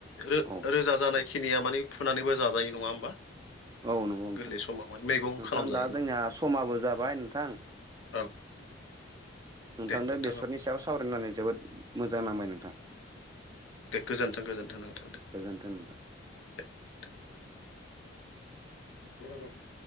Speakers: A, on the left; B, on the right.
A: ओ
B: औ
A: रोजा जानाय खिनिया माने फुनानैबो जाजायो नङा होमबा
B: औ नोंगौ नोंथां
A: गोरलै समावहाय मैगं
B: नोंथां
A: खालामजायो
B: दा जोंनिया
A: माने
B: समाबो जाबाय नोंथां
A: औ
B: नोंथांदो
A: दे नोंथां
B: बेसरनि
A: औ
B: सायाव सावरायनानै जोबोद मोजां नांबाय नोंथां।
A: दे गोजोनथों-गोजोन्थों नोंथां दे।
B: गोजोन्थों नोंथां।
A: दे जेनबा